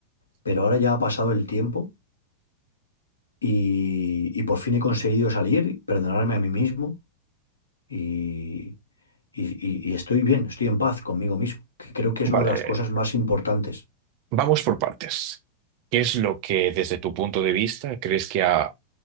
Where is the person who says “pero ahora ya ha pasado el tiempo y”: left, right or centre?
Left